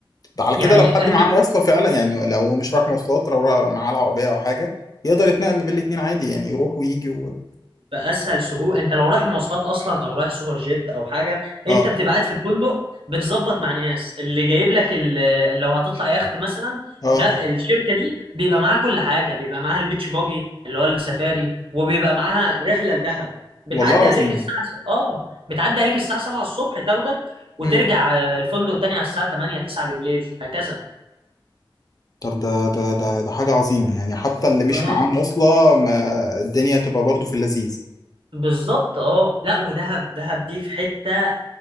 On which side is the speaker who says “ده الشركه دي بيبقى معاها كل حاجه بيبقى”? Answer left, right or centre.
Right